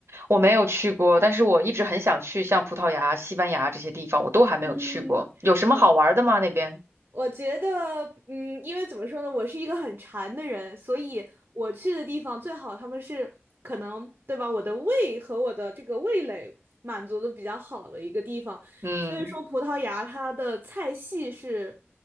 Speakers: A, on the right (about 75°); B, on the right (about 60°).
A: 我没有去过，但是我一直很想去，像葡萄牙、西班牙这些地方，我都还没有去过。
B: 嗯。
A: 有什么好玩的吗？
B: 我。
A: 那边？
B: 我觉得，嗯，因为怎么说呢，我是一个很馋的人，所以我去的地方最好他们是可能，对吧？我的胃和我的这个味蕾满足的比较好的一个地方，
A: 嗯
B: 所以说葡萄牙它的菜系是，